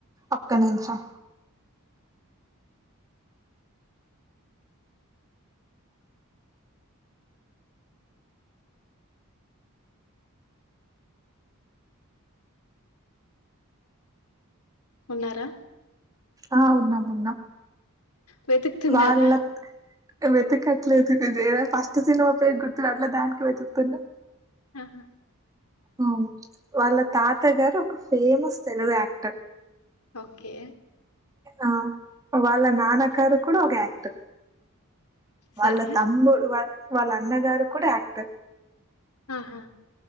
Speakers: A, on the right; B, on the left.
A: ఒక్క నిమిషం
B: ఉన్నారా
A: ఆ ఉన్నాం ఉన్నాం
B: వెతుకుతున్నారా
A: వాళ్ళ వెతకట్లేదు ఇది ఏదో ఫస్ట్ సినిమా పేరు గుర్తుకు రావట్లే దానికి వెతుకుతున్నా
B: ఆహా
A: ఆ వాళ్ళ తాత గారు ఒక ఫేమస్ తెలుగు యాక్టర్
B: ఓకే
A: ఆ వాళ్ళ నాన్నగారు కూడా ఒక యాక్టర్
B: సరే.
A: వాళ్ళ తమ్ముడు వాళ్ళ అన్నగారు కూడా యాక్టర్
B: ఆహా